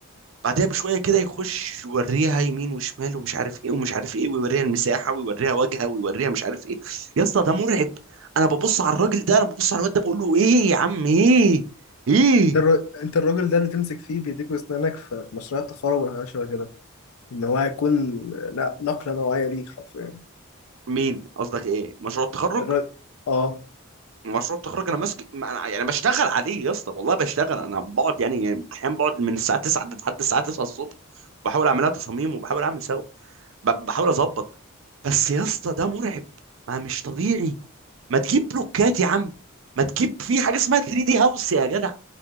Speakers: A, on the right (about 65°); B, on the left (about 80°).
A: بعدها بشويه كده يخش يوريها يمين وشمال ومش عارف ايه ومش عارف ايه ويوريها المساحه ويوريها وجهها ويوريها مش عارف ايه يا اسطى ده مرعب انا ببص على الراجل ده انا ببص على الواد ده بقول له ايه يا عم ايه ايه
B: الر- انت الراجل ده اللي تمسك فيه بايديك واسنانك في في مشروع التخرج والحاجات شبه كده ان هو هيكون لا نقله نوعيه ليك حرفيا
A: مين قصدك ايه مشروع التخرج
B: الر... اه
A: مشروع التخرج انا ماسك ما انا يعني بشتغل عليه يا اسطى والله بشتغل انا بقعد يعني احيانا بقعد من الساعه 9 لحد الساعه 9 الصبح وبحاول اعملها تصاميم وبحاول اعمل سوا ب- بحاول اظبط بس يا اسطى ده مرعب ما مش طبيعي ما تجيب بلوكات يا عم ما تجيب في حاجه اسمها 3 دي هاوس يا جدع